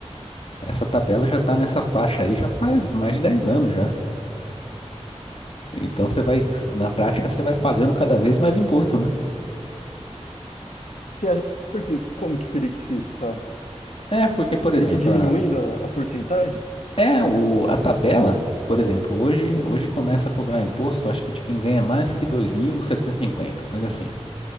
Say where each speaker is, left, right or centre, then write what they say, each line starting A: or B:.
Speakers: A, on the left (about 55°); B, on the left (about 90°).
A: Essa tabela já tá nessa faixa aí já faz mais de 10 anos já. Então você vai, na prática, você vai pagando cada vez mais imposto, né?
B: Você acha, por quê? Como que teria que ser, se fala?
A: É, porque, por
B: Teria
A: exemplo,
B: que ir diminuindo a, a porcentagem?
A: É, o, a tabela, por exemplo, hoje, hoje começa a cobrar imposto, acho que de quem ganha mais que 2.750, coisa assim.